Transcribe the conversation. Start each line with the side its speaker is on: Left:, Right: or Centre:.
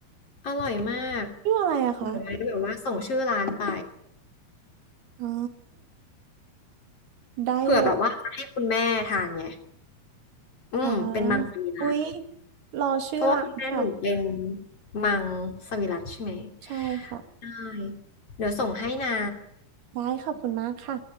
Left: อร่อยมาก
Right: ชื่ออะไรอะคะ
Left: เดี๋ยวไว้แบบว่าส่งชื่อร้านไป
Right: อ๋อได้เลย
Left: เผื่อแบบว่าจะให้คุณแม่ทานไงอืมเป็นมังสวิรัติ
Right: อ่าอุ๊ยรอชื่อร้านค่ะ
Left: เพราะว่าคุณแม่หนูเป็นมังสวิรัติใช่ไหม
Right: ใช่ค่ะ
Left: ได้เดี๋ยวส่งให้นะ
Right: ได้ขอบคุณมากค่ะ